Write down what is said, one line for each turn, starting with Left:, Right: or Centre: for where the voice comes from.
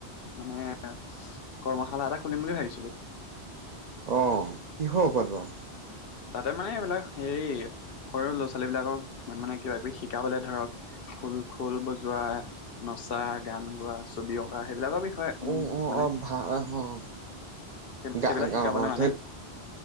Left: মানে, কৰ্মশালা এটা খুলিম বুলি ভাবিছিলো।
Right: অ'। কিহৰ ওপৰত বাৰু।
Left: তাতে মানে এইবিলাক হেৰি সৰু ল'ৰা-ছোৱালী বিলাকক মানে কিবা-কিবি শিকাবলে ধৰক খোল- খোল বজোৱা নচা, গান গোৱা, ছবি অঁকা। সেইবিলাকৰ বিষয়ে উম
Right: অ', -অ',
Left: মানে
Right: - অ' ভাল হয়
Left: সেই
Right: গা
Left: সেইবিলাক
Right: গা
Left: শিকাবলে
Right: গাওঁ
Left: মানে